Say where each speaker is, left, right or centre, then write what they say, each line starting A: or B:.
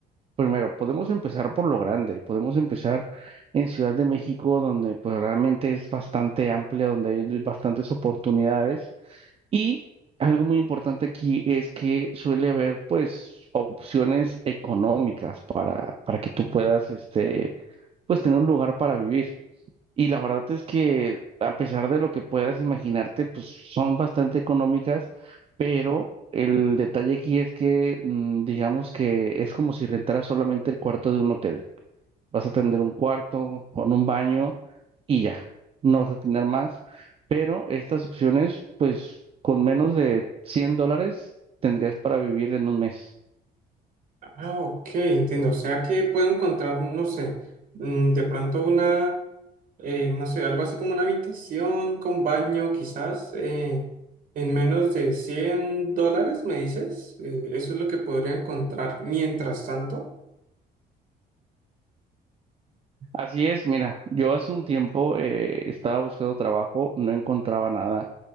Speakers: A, on the right (about 35°); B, on the right (about 55°).
A: Primero, podemos empezar por lo grande, podemos empezar en Ciudad de México, donde pues realmente es bastante amplia, donde hay bastantes oportunidades. Y algo muy importante aquí es que suele haber pues opciones económicas para, para que tú puedas este, pues tener un lugar para vivir. Y la verdad es que a pesar de lo que puedas imaginarte, pues son bastante económicas, pero el detalle aquí es que mm, digamos que es como si rentaras solamente el cuarto de un hotel. Vas a tener un cuarto con un baño y ya, no vas a tener más, pero estas opciones, pues con menos de 100 dólares tendrías para vivir en un mes.
B: Ah, ok, entiendo. O sea que puedo encontrar, no sé, mm, de pronto una, eh, no sé, algo así como una habitación con baño, quizás eh, en menos de 100 dólares, me dices. Eh, eso es lo que podría encontrar mientras tanto.
A: Así es, mira, yo hace un tiempo eh, estaba buscando trabajo, no encontraba nada